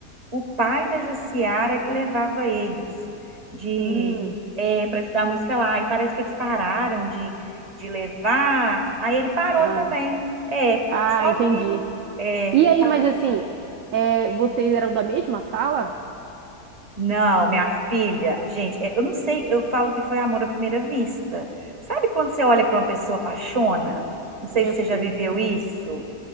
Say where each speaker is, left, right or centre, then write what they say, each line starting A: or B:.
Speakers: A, on the right; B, on the right.
A: o pai da Jaciara que levava eles de
B: Hum,
A: é, para estudar música lá. E parece que eles pararam de, de levar. Aí ele parou
B: ah,
A: também. É,
B: ah,
A: só
B: entendi.
A: que é,
B: E
A: ele
B: aí,
A: parou
B: mas
A: de
B: assim,
A: estudar.
B: é, vocês eram da mesma sala?
A: Não, minha filha, gente, é, eu não sei, eu falo que foi amor à primeira vista. Sabe quando você olha para uma pessoa apaixona? Não sei
B: Eu
A: se você
B: sei.
A: já viveu isso.